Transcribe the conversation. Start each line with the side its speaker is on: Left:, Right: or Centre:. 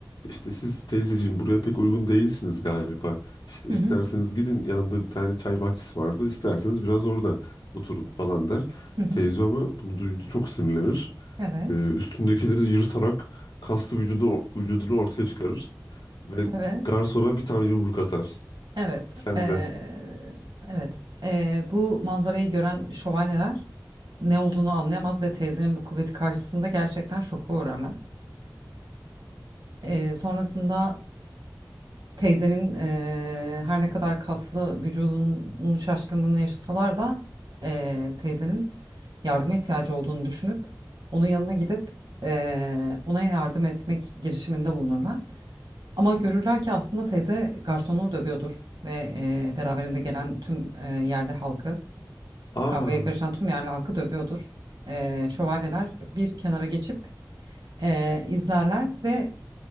Left: işte siz teyzeciğim buraya pek uygun değilsiniz galiba. İşte
Right: Hı
Left: isterseniz
Right: hı.
Left: gidin yanında bir tane çay bahçesi vardı. İsterseniz biraz orada oturun falan der.
Right: Hı hı.
Left: Teyze ama bunu duyunca çok sinirlenir.
Right: Evet.
Left: E, üstündekileri yırtarak kaslı vücudu, vücudunu ortaya çıkarır. Ve
Right: Evet,
Left: garsona bir tane yumruk atar.
Right: evet,
Left: Sen
Right: eee,
Left: de.
Right: evet. Eee, bu manzarayı gören şövalyeler ne olduğunu anlayamaz ve teyzenin bu kuvveti karşısında gerçekten şoka uğrarlar. Eee, sonrasında teyzenin eee, her ne kadar kaslı vücudunun şaşkınlığını yaşasalar da eee, teyzenin yardıma ihtiyacı olduğunu düşünüp onun yanına gidip eee, ona yardım etmek girişiminde bulunurlar. Ama görürler ki aslında teyze garsonu dövüyordur ve e, beraberinde gelen tüm e, yerli halkı,
Left: Aa,
Right: kavgaya karışan tüm yerli halkı dövüyordur. E, şövalyeler bir kenara geçip e, izlerler ve